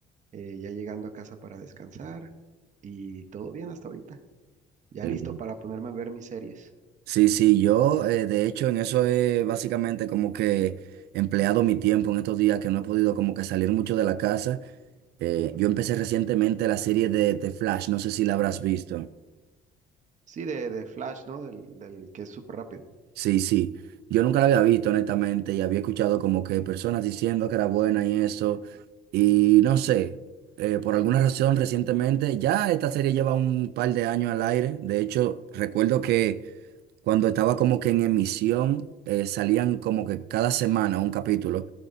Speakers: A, on the right; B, on the right.
A: eh, ya llegando a casa para descansar y todo bien hasta ahorita. Ya
B: Eh,
A: listo para ponerme a ver mis series.
B: Sí, sí, yo eh, de hecho en eso he básicamente como que empleado mi tiempo en estos días que no he podido como que salir mucho de la casa. Eh, yo empecé recientemente la serie de The Flash, no sé si la habrás visto.
A: Sí, de, de Flash, ¿no? Del, del que es súper rápido.
B: Sí, sí. Yo nunca la había visto, honestamente, y había escuchado como que personas diciendo que era buena y eso. Y no sé, eh, por alguna razón recientemente, ya esta serie lleva un par de años al aire. De hecho, recuerdo que cuando estaba como que en emisión, eh, salían como que cada semana un capítulo.